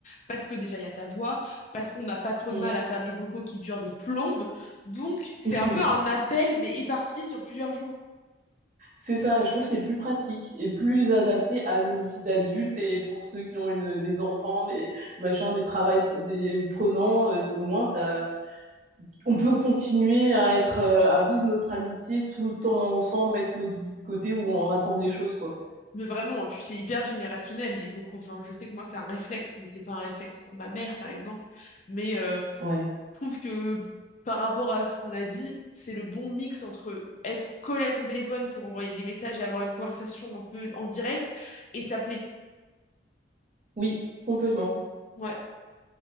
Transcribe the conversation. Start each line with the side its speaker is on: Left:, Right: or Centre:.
Left: parce que déjà il y a ta voix, parce qu'on n'a pas trop
Right: Mm,
Left: de mal à faire des vocaux qui durent des plombes, donc c'est
Right: <laughs>
Left: un
Right: oui,
Left: peu un appel mais éparpillé sur plusieurs jours.
Right: c'est ça, je trouve que c'est plus pratique et plus adapté à nos vies d'adultes et pour ceux qui ont une, des enfants, des machins, des travails p- des prenants, euh, au moins ça on peut continuer à être euh, à vivre notre amitié tout en sans mettre notre vie de côté ou en ratant des choses quoi.
Left: Mais vraiment, et puis c'est hyper générationnel les vocaux. Enfin, je sais que moi c'est un réflexe, mais c'est pas un réflexe pour ma mère par exemple. Mais euh,
Right: Ouais.
Left: Je trouve que par rapport à ce qu'on a dit, c'est le bon mix entre être collé à son téléphone pour envoyer des messages et avoir une conversation un peu en direct et s'appeler.
Right: Oui, complètement.
Left: Ouais.